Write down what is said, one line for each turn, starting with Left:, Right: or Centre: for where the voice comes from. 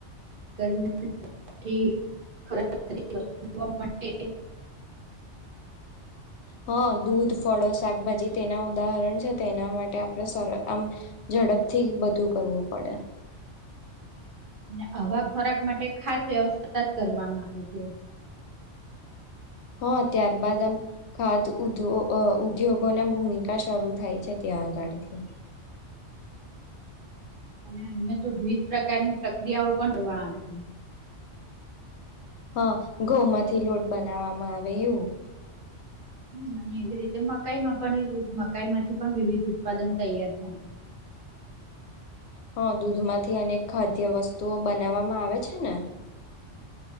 Right: <unintelligible> વસ્તુઓ માટે.
Left: હા દૂધ ફળો શાકભાજી તેના ઉદાહરણ છે. તેના માટે આપણે સર આમ ઝડપથી બધું કરવું પડે.
Right: અને આવા ખોરાક માટે ખાસ વ્યવસ્થા જ કરવામાં આવે છે.
Left: હા ત્યારબાદ આમ ખાદ ઉદ ઉદ્યોગોની ભૂમિકા શરૂ થાય છે. ત્યાં આગળથી.
Right: અને અહીંયા તો વિવિધ પ્રકારની પ્રક્રિયાઓ પણ કરવાના છે.
Left: હા ઘઉંમાંથી લોટ બનાવવામાં આવે એવું.
Right: હ અને એવી રીતે મકાઈમાં પણ મકાઈ માંથી પણ વિવિધ ઉત્પાદન તૈયાર થાય છે.
Left: હા દૂધમાંથી અનેક ખાદ્ય વસ્તુઓ બનાવવામાં આવે છે ને.